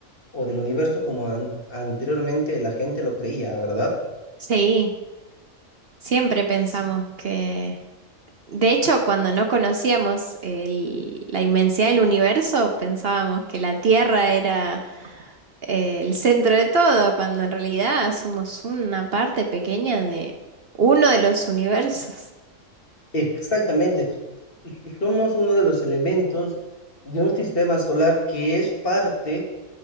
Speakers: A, on the left; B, on the right.
A: o del universo como an- anteriormente la gente lo creía, ¿verdad?
B: sí, siempre pensamos
A: Sí,
B: que... De hecho, cuando no conocíamos el- la inmensidad del universo, pensábamos que la Tierra era eh, el centro de todo, cuando en realidad somos una parte pequeña de uno de los universos.
A: exactamente. Somos uno de los elementos de un sistema solar que es parte